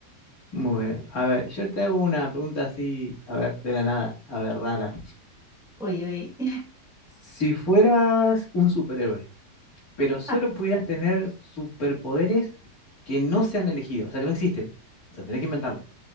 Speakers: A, on the left; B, in the centre.
A: Muy bien. A ver, yo te hago una pregunta así, a ver, de la nada, a ver, rara.
B: Uy, uy. <laughs>
A: Si fueras un superhéroe, pero solo
B: Ah,
A: pudieras tener superpoderes que no se han elegido, o sea, que no existen, o sea, tenés que inventarlo.